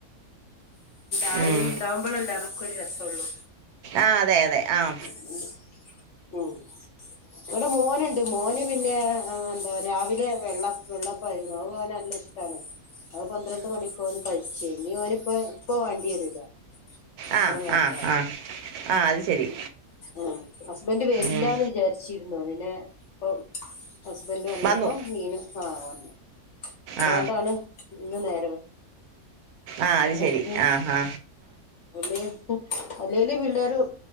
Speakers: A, on the left; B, on the right.
A: ആരേലും
B: ഉം.
A: ഉണ്ടാവകുമ്പോഴല്ല അതൊക്കെ ഒരു രസംള്ളൂ
B: ആ അതെ അതെ ആഹ
A: <inaudible> ഉഉം എവിടെ മോന മോന് പിന്നെ എന്താ രാവിലെ വെള്ള വെള്ളപ്പയിരുന്നു അത് ഓന് നല്ല ഇഷ്ട്ടാണ്. ആ പന്ത്രണ്ട് മണിക്ക ഓന് കഴിച്ചേ ഇനി ഓനിപ്പോ ഇപ്പ വേണ്ടി വരുല്ല ഭക്ഷണം
B: ആ
A: വേണ്ട
B: ആ ആ ആ അത് ശരി
A: ഉം ഹസ്ബന്ഡ് വരില്ലാന്ന്
B: ഉം.
A: വിചാരിച്ചിരുന്നു പിന്നെ ഇപ്പൊ ഹസ്ബൻഡ് വന്നപ്പോ
B: വന്നു
A: മീന് ആ വന്നു അതുകൊണ്ടാണ്
B: ആ
A: ഇന്ന് നേ
B: ആ അത്
A: <unintelligible>
B: ശരി ആ ആ
A: ഇല്ല അല്ലേല് പിള്ളേരും